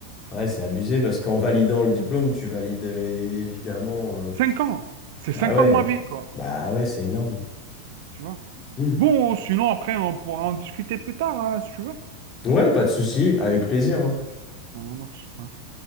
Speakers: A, on the left; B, on the right.
A: ouais, c'est abusé parce qu'en validant le diplôme, tu valides euh, évidemment. euh,
B: Cinq ans. C'est
A: Ah
B: cinq
A: ouais,
B: ans de ma vie, quoi.
A: bah ouais, c'est énorme.
B: Tu vois?
A: Hmm.
B: Bon, sinon, après, on pourra en discuter plus tard, hein, si tu veux.
A: Ouais, pas de souci, avec plaisir.
B: Ok.
A: hein.
B: Ça marche. À tout.